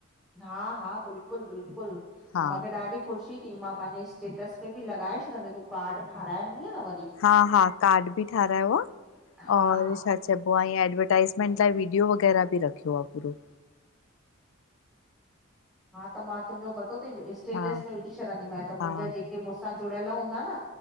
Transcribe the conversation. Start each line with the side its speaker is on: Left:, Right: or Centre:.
Centre: हा-हा, बिल्कुल-बिल्कुल! अऊं
Left: हा
Centre: मूंखे ॾाढी ख़ुशी थी। मां पंहिंजे स्टेटस ते बि लॻाए छॾींदी, तूं कार्ड ठाराएंदीअ न वरी?
Left: हा-हा, कार्ड बि ठहरायो आ
Centre: हा
Left: और
Centre: हा
Left: छा त पो अऐं एडवरटाइज़मेंट लाइ वीडियो वग़ैरह बि रखियो आहे पूरो।
Centre: हा त मां, तुंजो पतो थई स्टेटस
Left: हा
Centre: में विझी छॾंदीमांइ त
Left: हा
Centre: मुंहिंजा जेका के मूंसां जुड़ियल हूंदा न,